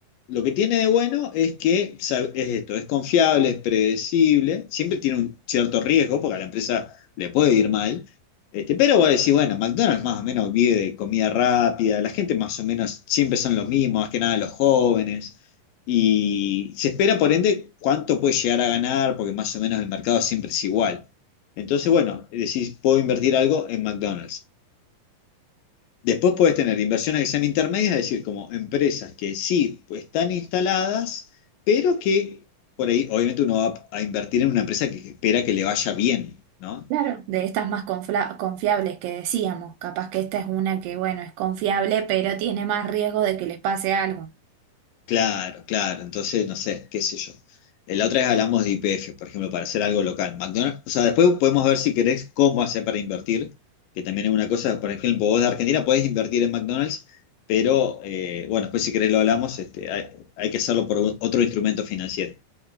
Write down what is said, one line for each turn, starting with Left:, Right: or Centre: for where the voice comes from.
Left: Lo que tiene de bueno es que sab- es esto, es confiable, es predecible, siempre tiene un cierto riesgo porque a la empresa le puede ir mal, este, pero vos decís, bueno, McDonald's más o menos vive de comida rápida, la gente más o menos siempre son los mismos, más que nada los jóvenes, y se espera por ende cuánto puede llegar a ganar porque más o menos el mercado siempre es igual. Entonces, bueno, decís, puedo invertir algo en McDonald's. Después puedes tener inversiones que sean intermedias, es decir, como empresas que sí pues, están instaladas, pero que por ahí, obviamente, uno va a invertir en una empresa que espera que le vaya bien, ¿no?
Right: claro, de estas más confla- confiables que decíamos. Capaz que esta es una que, bueno, es confiable, pero tiene más riesgo de que les pase algo.
Left: Claro, claro. Entonces, no sé, qué sé yo. Eh, La otra vez hablamos de IPF, por ejemplo, para hacer algo local. McDonald's, o sea, después podemos ver si querés cómo hacer para invertir, que también es una cosa, por ejemplo, vos de Argentina podés invertir en McDonald's, pero eh, bueno, después si querés lo hablamos, este, hay hay que hacerlo por otro instrumento financiero.